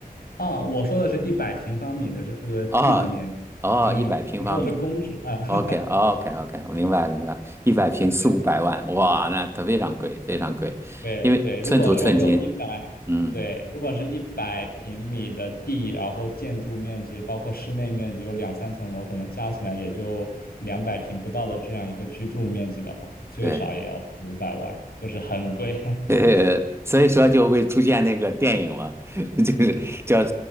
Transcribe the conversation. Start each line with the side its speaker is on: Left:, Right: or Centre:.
Left: 啊，我说的是一百平方米的这这个地的面积，
Right: 哦，哦，
Left: 嗯，
Right: 一百平方米。
Left: 我说的是公制啊，<laughs>
Right: o k o k o k 我明白明白。一百平四五百万，
Left: 对。
Right: 哇，那它非常贵，非常贵，
Left: 对对，
Right: 因为寸土寸金。
Left: 如果说有一百，
Right: 嗯，
Left: 对，如果是一百平米的地，然后建筑面积包括室内面积有两三层楼，可能加起来也就两百平不到的这样一个居住面积的话，最少也要五百万，
Right: 对，
Left: 就是很贵。<laughs>
Right: <laughs> 所以说就会出现那个电影嘛，<laughs> 就是叫